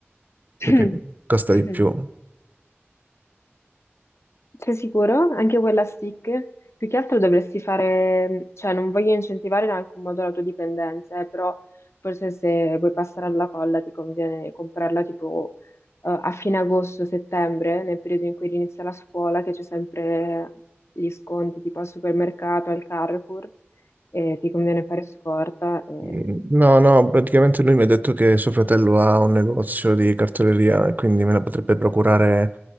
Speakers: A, on the left; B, on the right.
A: <clears throat>
B: perché costa di più.
A: Sei sicuro? Anche quella stick? Più che altro dovresti fare, cioè non voglio incentivare in alcun modo la tua dipendenza, eh, però forse se vuoi passare alla colla ti conviene comprarla tipo eh, a fine agosto, settembre, nel periodo in cui inizia la scuola, che c'è sempre gli sconti tipo al supermercato, al Carrefour, e ti conviene fare scorta. E...
B: Mm, No, no, praticamente lui mi ha detto che suo fratello ha un negozio di cartoleria e quindi me la potrebbe procurare